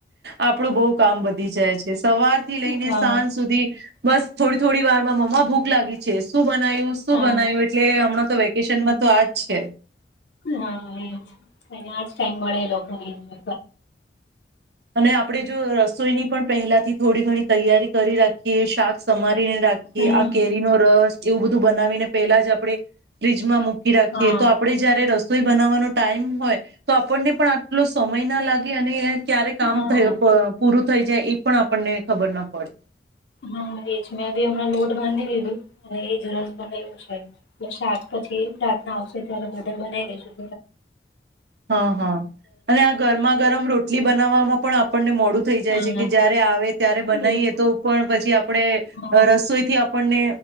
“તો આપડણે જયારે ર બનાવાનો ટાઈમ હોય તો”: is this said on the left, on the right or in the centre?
Right